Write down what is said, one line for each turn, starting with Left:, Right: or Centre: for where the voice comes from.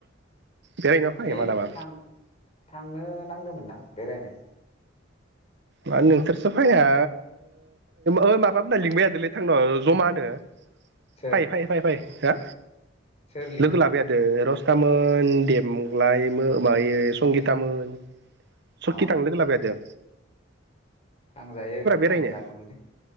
Right: बेरायना फै
Left: नै
Right: मालाबा
Left: थां थांनो नांगोमोन ना बेरायनो
Right: मा नोंसोरसो फैया ओ <unintelligible> माबा मोना लिंबायहादोलै थांनो जमानो?
Left: सोर
Right: फाइ फाइ फाइ फाइ हो
Left: सोर लिंदों
Right: लोगो लाबाय हादो रस तामोन देमग्लाय मो मा इ संगितामोन
Left: अ
Right: सति थांनो लोगो लाबाय हादो
Left: थांजायो थांजागौमोनलै
Right: बेरायनो